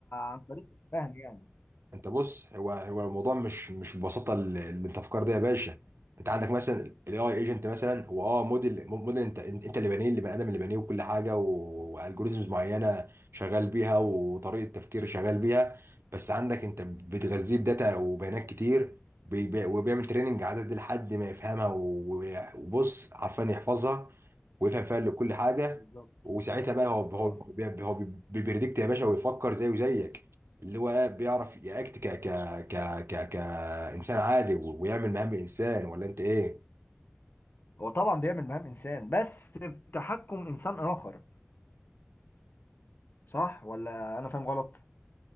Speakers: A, on the left; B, on the right.
A: عن طريق الفهم يعني
B: انت بص هو هو الموضوع مش مش ببساطه اللي اللي انت فكر ده يا باشا انت عندك مثلا الاي اي ايجنت مثلا هو اه موديل موديل انت انت اللي بانيه اللي بني ادم اللي بانيه وكل حاجه والجوريزمز معينه شغال بيها وطريقه تفكير شغال بيها بس عندك انت بتغذيه بداتا وبيانات كتير بي- بي- وبيعمل تريننج عدد لحد ما يفهمها و- وبص عارفان يحفظها ويفهم فيها اللي- كل حاجه
A: بالظبط
B: وساعتها بقى هو هو
A: اه
B: هو بيبريدكت يا باشا ويفكر زيه زيك اللي هو بيعرف ياكت ك ك ك ك كانسان عادي و- ويعمل مهام الانسان ولا انت ايه
A: هو طبعا بيعمل مهام إنسان بس بتحكم إنسان آخر صح ولا أنا فاهم غلط